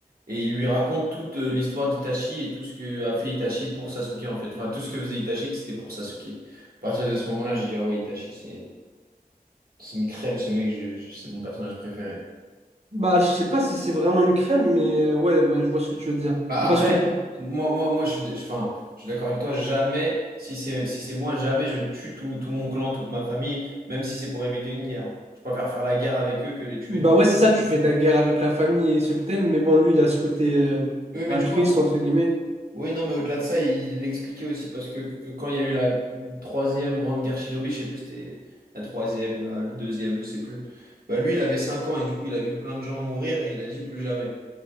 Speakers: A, on the right; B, on the right.
A: Et il lui raconte toute euh, l'histoire d'Itachi et tout ce que a fait Itachi pour Sasuke en fait. Enfin, tout ce que faisait Itachi, que c'était pour Sasuke. À partir de ce moment-là, j'ai dit, ah ouais, Itachi, c'est c'est une crème, ce mec, je- je- c'est mon personnage préféré.
B: Bah, je sais pas si c'est vraiment une crème, mais euh, ouais, ouais, je vois ce que tu veux dire.
A: Bah, après,
B: Parce que pour-
A: moi, moi, moi, je suis, d- je- enfin, je suis d'accord avec toi, jamais, si c'est si c'est moi, jamais je tue tout, tout mon clan, toute ma famille, même si c'est pour éviter une guerre. Je préfère faire la guerre avec eux que les tuer
B: Bah
A: tous.
B: ouais, c'est ça, tu fais ta guerre avec la famille et ceux que t'aimes, mais bon, lui, il a ce côté euh,
A: Oui, mais
B: altruiste,
A: tu vois,
B: entre guillemets.
A: Oui, non, mais au-delà de ça, il l'expliquait aussi parce que euh, quand il y a eu la troisième grande guerre shinobi, je sais plus, c'était la troisième ou la, la deuxième, je sais plus. Bah lui, il avait cinq ans et du coup, il a vu plein de gens mourir et il a dit plus jamais.